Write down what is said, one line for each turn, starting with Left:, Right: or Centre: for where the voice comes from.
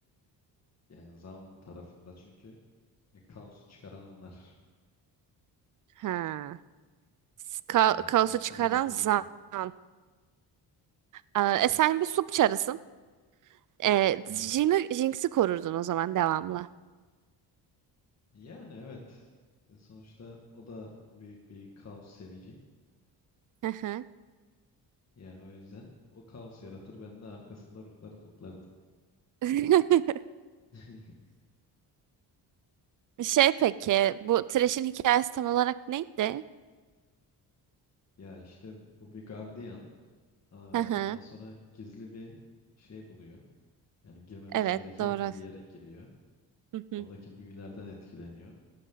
Left: Yani Zaun'un tarafında çünkü E, kaosu çıkaran onlar.
Right: Ha. Ka-
Left: Evet,
Right: kaosu
Left: Jinx'in
Right: çıkaran
Left: yanında
Right: Zaun.
Left: olurdum.
Right: Aa, e, sen bir sup çarısın. E,
Left: Evet.
Right: Jin'i, Jinx'i korurdun o zaman devamlı.
Left: Yani evet. E, sonuçta o da büyük bir kaos sevici.
Right: Hı hı.
Left: Yani o yüzden o kaos yaratır ben de arkasında ruhları toplardım.
Right: <laughs>
Left: <laughs>
Right: Şey peki bu Thresh'in hikayesi tam olarak neydi?
Left: Ya işte bu bir gardiyan. Aa,
Right: Hı hı.
Left: Ondan sonra gizli bir şey buluyor. Yani girmemesi
Right: Evet
Left: gereken
Right: doğru.
Left: bir yere giriyor.
Right: Hı hı.
Left: Oradaki büyülerden etkileniyor